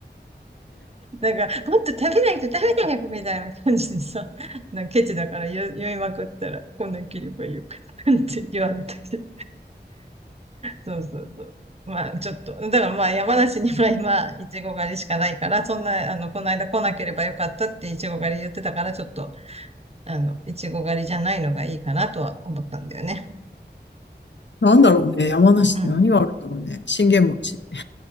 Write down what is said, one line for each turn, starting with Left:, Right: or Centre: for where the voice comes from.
Right: なんか、もっと食べないと食べないみたいな感じでさ、なんかケチだから言い言いまくったら、こねければよかったって言われたけど。そうそうそう。まあ、ちょっと、だからまあ、山梨には今、いちご狩りしかないから、そんな、あの、この間来なければよかったっていちご狩り言ってたから、ちょっと、あの、いちご狩りじゃないのがいいかなとは思ったんだよね。
Left: なんだろうね。山梨って何があるんだろうね。
Right: うん。
Left: 信玄餅。